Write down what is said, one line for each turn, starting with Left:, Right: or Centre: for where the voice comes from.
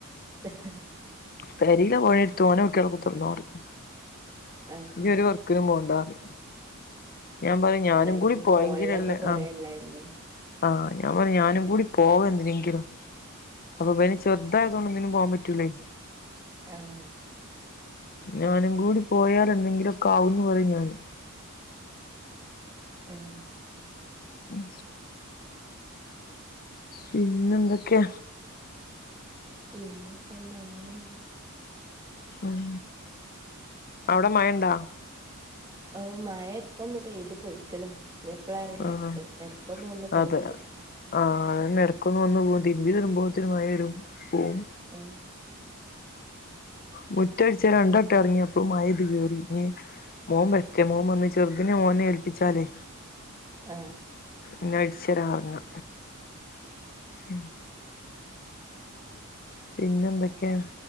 Right: ഹേ ഹേ ഹേ
Left: പേരിലെ പണിയെട്ത്ത് ഓനെ നോക്കി അവടെ കുത്തിർന്നോ പറിം
Right: ആഹ്
Left: ഇജ്ജ് ഒരു വർ ക്കിനും പോണ്ടാറിം ഞാൻ പറിം ഞാനും
Right: എന്നാലും
Left: കൂടി
Right: ഇപ്പോ
Left: പോയെങ്കിലല്ലേ
Right: ഫോണിലൊക്കെ കൊറേ
Left: ആഹ്
Right: ഉള്ളതല്ലേ
Left: ആഹ് ഞാൻ പറിം ഞാനു കൂടി പോവാ എന്തിനെങ്കിലും അപ്പൊ പിന് ചെറുതായതോണ്ട് ഒന്നിനും പോവാൻ പറ്റൂലെ
Right: ആഹ്
Left: ഞാനും കൂടി പോയാൽ എന്തെങ്കിലുക്കെ ആവുന്നു പറിം ഞാന്
Right: ആഹ്
Left: ഉം പിന്നെ എന്തൊക്കെ
Right: പിന്നെ ഇപ്പന്താ അങ്ങനെയന്നെ
Left: ഉം അവിടെ മഴണ്ടോ
Right: ഒഹ് മഴ ഇപ്പൊന്നു പെയ്ത് പോയിക്കണ് ഇഞ്ഞി എപ്പള അറീല
Left: ആഹ്
Right: അടുത്തത് ഇടക്കൊന്ന് വന്ന് പോക്ണ്ട്
Left: അതെ ആഹ് അതന്നെ എടക്കൊന്ന് വന്നു പോവും തിരുമ്പി വരുബോത്തിനും മഴ വരും പോകും
Right: അഹ്
Left: മുറ്റടിച്ചാൻ രണ്ടട്ടം ഇറങ്ങി അപ്പ മഴ പെയ്ത് കേറി ഇഞ്ഞി മോൻ വരട്ടെ മോൻ വന്ന് ചെറുതിനിനെ ഓനെ ഏൽപ്പിച്ചാല്
Right: ആഹ്
Left: ഇന്നടിച്ചരാ എറങ്ങാ ഉം പിന്നെ എന്തൊക്കെയാ